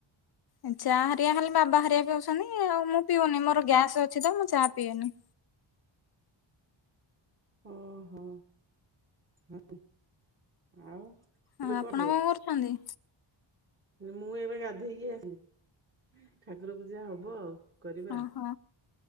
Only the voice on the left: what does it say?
ଏଁ ଚା ହେରିକା ହେଲେ ବାବା ହେରିକା ପିଉଛନ୍ତି ଆଉ ମୁଁ ପିଉନି ମୋର ଗ୍ୟାସ୍ ଅଛି ତ ମୁଁ ଚା ପିଏନି।
ଆଉ ଆପଣ
କଁ କରୁଛନ୍ତି?
ଓହୋ।